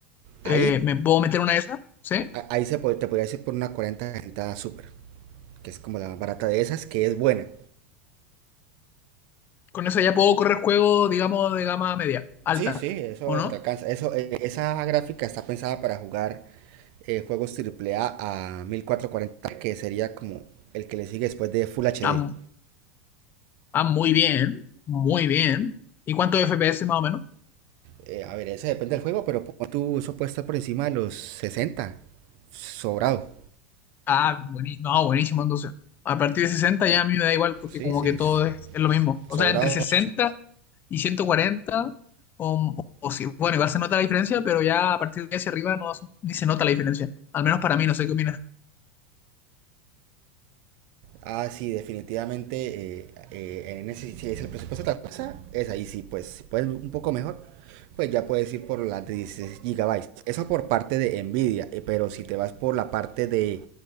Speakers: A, on the left; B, on the right.
A: eh,
B: Ahí
A: ¿me puedo meter una de esas? ¿Sí?
B: A- Ahí se pod- te podría decir por una 40 super, que es como la más barata de esas, que es buena.
A: Con eso ya puedo correr juegos, digamos, de gama media, alta,
B: Sí, sí, eso
A: ¿o no?
B: te alcanza. Eso, eh, esa gráfica está pensada para jugar eh, juegos triple a a catorce cuarenta que sería como el que le sigue después de Full HD.
A: Ah, mu- ah, muy bien, muy bien. ¿Y cuántos FPS más o menos?
B: Eh, a ver, eso depende del juego, pero pon tú, eso puede estar por encima de los sesenta Sobrado.
A: Ah, buenísimo. No, buenísimo, entonces. A partir de 60 ya a mí me da igual porque
B: Sí,
A: como
B: sí,
A: que todo
B: s-
A: es, es lo mismo. O
B: sobrado
A: sea, entre 60 y 140, o, o sí, bueno, igual se nota la diferencia, pero ya a partir de hacia arriba no, ni se nota la diferencia. Al menos para mí, no sé qué opinas.
B: Ah, sí, definitivamente eh, eh, en ese, si es el presupuesto de la casa, es ahí sí, pues si puedes un poco mejor, pues ya puedes ir por las de 16 GB. Eso por parte de Nvidia, eh, pero si te vas por la parte de